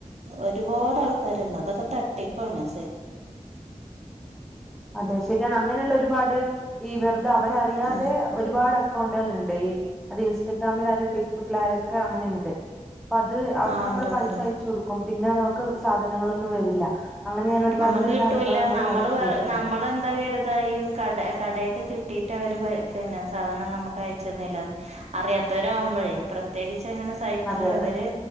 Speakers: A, on the right (about 55°); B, in the centre.
A: ഒരുപാട് ആൾക്കാരുണ്ട് അതൊക്കെ തട്ടിപ്പാണ്രി
B: അതെ ശരിയാണ് അങ്ങനെയുള്ള ഒരുപാട് ഈ വെറുതെ അവരറിയാതെ
A: ഉം
B: ഒരുപാട് അക്കൗണ്ടുകൾ ഉണ്ട് അത് ഇൻസ്റ്റാഗ്രാമില ആാലും ഫേസ്ബുക്കില ആാലുംൊക്കെ അങ്ങനെയണ്ട് അപ്പ അത് അവർക്ക്
A: ആ
B: നമ്മള്
A: ഉണ്ട്
B: പൈസ
A: ഉണ്ട്
B: അയച്ച കൊടുക്കും പിന്നെ നമുക്ക് സാധനങ്ങളൊന്നും വരില്ല അങ്ങനെ ഞാൻ ഒരുപാട്
A: നമ്മക്ക്
B: പേരുടെ
A: കിട്ടൂല്ല
B: അനുഭവങ്ങൾ
A: നമ്മള്
B: നോക്കിട്ട്
A: പറ നമ്മളെന്താ കരുതാ ഈ കട കടൊക്കെ കിട്ടിട്ട് അവര് പിന്നെ സാധനം നമുക്ക് അയച്ചന്നില്ല അറിയാത്തവരാകുമ്പോഴേ പ്രത്യേകി നെ സറ്റ
B: അതെ അതെ
A: ഇവര്